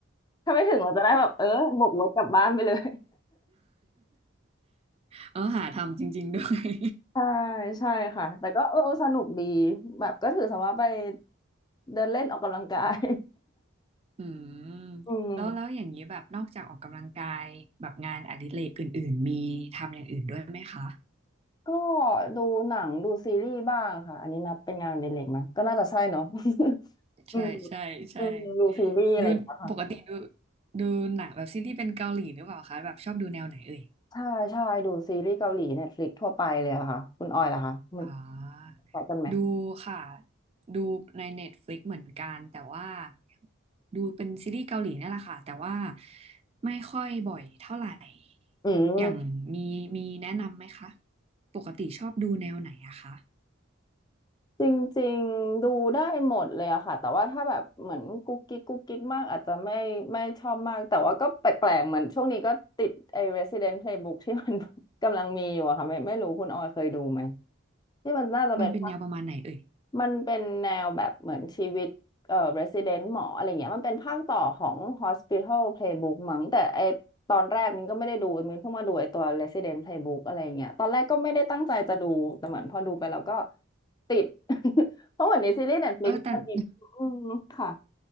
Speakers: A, on the left; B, on the right.
A: ถ้าไม่ถึงเราจะได้แบบเออบวกรถกลับบ้านไปเลย
B: เออ หาทำจริงๆด้วย
A: <laughs> ใช่ใช่ค่ะแต่ก็เออสนุกดีแบบก็ถือซะว่าไปเดินเล่นออกกำลังกาย
B: <laughs> อืม
A: <laughs> อืม
B: แล้วแล้ว อย่างนี้ แบบ นอกจากออกกำลังกาย แบบงานอดิเรกอื่นๆ มีทำอย่างอื่นด้วยไหมคะ
A: ก็ดูหนังดูซีรีส์บ้างค่ะอันนี้นับเป็นงานในเล็กไหมก็น่าจะใช่เนาะ <laughs> อืม
B: ใช่ใช่ใช่
A: <laughs> อืมดูซีรีส์อะไรอย่างเงี้ยค่ะ
B: ดูปกติดูดูหนังแบบซีรีส์เป็นเกาหลีหรือเปล่าคะแบบชอบดูแนวไหนเอ่ย
A: ใช่ใช่ดูซีรีส์เกาหลีเน็ตฟลิกทั่วไปเลยอะค่ะคุณออยล่ะคะมัน
B: อ่า
A: คล้ายกันไหม
B: ดูค่ะ ดูใน Netflix เหมือนกันแต่ว่าดูเป็นซีรีส์เกาหลีนั่นแหละค่ะแต่ว่าไม่ค่อยบ่อยเท่าไหร่
A: อืม
B: อย่างมีมีแนะนำไหมคะ ปกติชอบดูแนวไหนอะคะ
A: จริงๆดูได้หมดเลยอะค่ะแต่ว่าถ้าแบบเหมือนกุ๊กกิ๊กกุ๊กกิ๊กมากอาจจะไม่ไม่ชอบมากแต่ว่าก็แปลกๆเหมือนช่วงนี้ก็ติดไอ้ Resident Playbook ที่มัน <laughs> กำลังมีอยู่อะค่ะไม่ไม่รู้คุณออยเคยดูไหมที่มันน่าจะเป็น
B: มันเป็นแนวประมาณไหนเอ่ย
A: มันเป็นแนวแบบเหมือนชีวิตเอ่อ resident หมออะไรเงี้ยมันเป็นภาคต่อของ Hospital Playbook มั้งแต่ไอตอนแรกมินก็ไม่ได้ดูมินเพิ่งมาดูไอตัว Resident Playbook อะไรเงี้ยตอนแรกก็ไม่ได้ตั้งใจจะดูแต่เหมือนพอดูไปแล้วก็ติด <laughs> เพราะเหมือนในซีรีส์ Netflix
B: เออแต่
A: มันมีอืมค่ะ
B: <laughs>